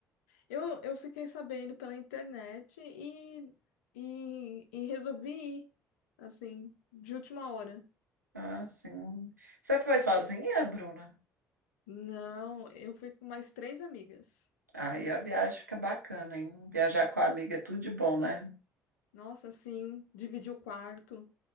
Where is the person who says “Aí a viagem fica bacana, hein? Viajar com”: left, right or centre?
Right